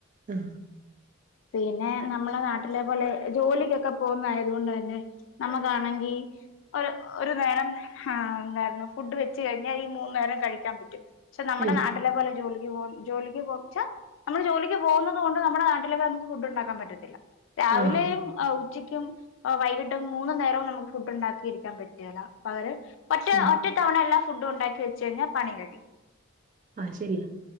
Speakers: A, on the right; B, on the left.
A: ഹ്
B: പിന്നെ നമ്മളെ നാട്ടിലെ പോലെ ജോലിക്കൊക്കെ പോകുന്ന ആയത് കൊണ്ട് തന്നെ നമുക്കാണങ്കി ഒരു ഒരു നേരം ആഹ് എന്തായിരുന്നു ഫുഡ് വെച്ച് കഴിഞ്ഞാൽ ഈ മൂന്നു നേരം കഴിക്കാൻ പറ്റും ക്ഷ നമ്മടെ
A: ഉം
B: നാട്ടിലെ പോലെ ജോലിക്ക് പോ ജോലിക്ക് പോ ച്ച നമ്മള് ജോലിക്ക് പോവുന്നത് കൊണ്ട് നമ്മുടെ നാട്ടില് ഇവിടെ നമുക്ക് ഫുഡ് ഉണ്ടാക്കാൻ പറ്റത്തില്ല രാവിലെയും
A: ആഹ്
B: ഉച്ചക്കും വൈകിട്ടും മൂന്നു നേരവും നമുക്ക് ഫുഡ് ഉണ്ടാക്കിരിക്കാൻ പറ്റെല്ല അവര് ഒറ്റ
A: ഉം
B: ഒറ്റത്തവണ എല്ലാ ഫുഡും ഉണ്ടാക്കി വെച്ച് കഴിഞ്ഞാ പണി കഴിയ്യും
A: ആഹ് ശരിയാ